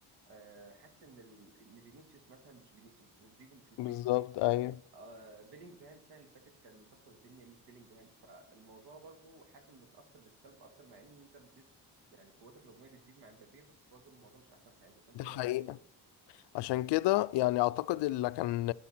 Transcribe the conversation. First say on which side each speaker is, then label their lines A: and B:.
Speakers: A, on the right; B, on the left.
A: آه، حاسس ان ال- ان فينيسيوس مثلا مش فينيسيوس رودريجو مش رودريجو
B: بالظبط ايوه
A: آه بيلينجهام السنه اللي فاتت كان مكسر الدنيا مش بيلينجهام فالموضوع برضو حاسس انه اتاثر بالسلب اكتر مع ان انت بتزيد يعني قوتك الهجوميه بتزيد مع امبابي بس برضو الموضوع مش احسن حاجه فانت
B: ده
A: ايه
B: حقيقة
A: رايك في الموضوع ده؟
B: عشان كده يعني اعتقد اللي كان